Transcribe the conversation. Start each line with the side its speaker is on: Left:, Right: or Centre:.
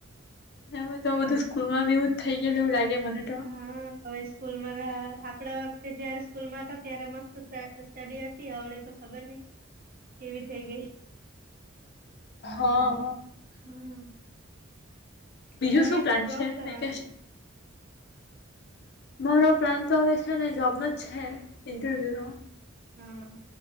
Left: માં તો બધું સ્કૂલમાં બ એવ જ થઈ ગયું એવું લાગે. મને તો
Right: હા હવે સ્કૂલમાં આપડા જયારે સ્કૂલ માં હતા ત્યારે મસ્ત સ્ટડી હતી હડે તો ખબર નહિ, કેવી થઈ ગઈ.
Left: હા
Right: હમ.
Left: બીજું
Right: તમે
Left: શું પ્લાન
Right: જોબ
Left: છે
Right: કરવાના?
Left: વેકેશન મારો પ્રાંત તો હવે છે ને જોબનો જ છે. ઇન્ટરવીયુનો.
Right: હમ